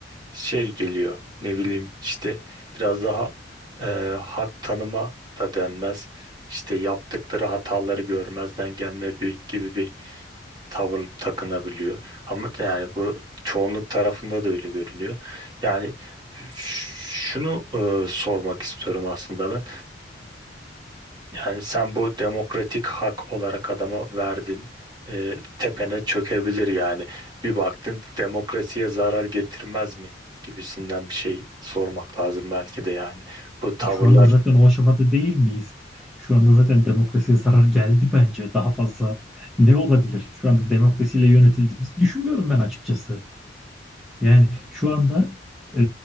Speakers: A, on the right; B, in the centre.
A: şey geliyor ne bileyim işte biraz daha e, hak tanıma da denmez. İşte yaptıkları hataları görmezden gelme bir, gibi bir tavır takınabiliyor. Ama yani bu çoğunluk tarafında da öyle görünüyor. Yani ş- şunu e, sormak istiyorum aslında ben. Yani sen bu demokratik hak olarak adama verdin. Ee, tepene çökebilir yani. Bir baktın demokrasiye zarar getirmez mi gibisinden bir şey sormak lazım belki de yani. Bu tavırlar
B: e, şu anda zaten o aşamada değil miyiz? Şu anda zaten demokrasiye zarar geldi bence. Daha fazla ne olabilir? Şu anda demokrasiyle yönetildiğimizi düşünmüyorum ben açıkçası. Yani şu anda e,